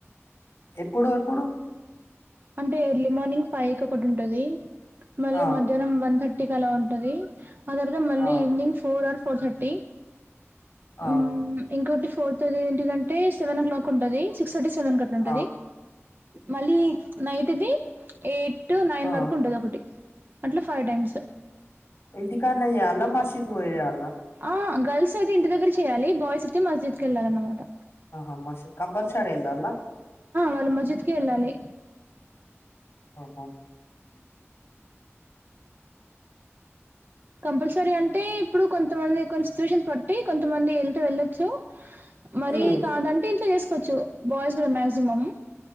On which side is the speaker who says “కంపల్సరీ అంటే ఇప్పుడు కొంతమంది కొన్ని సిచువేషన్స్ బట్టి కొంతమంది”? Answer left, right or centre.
Right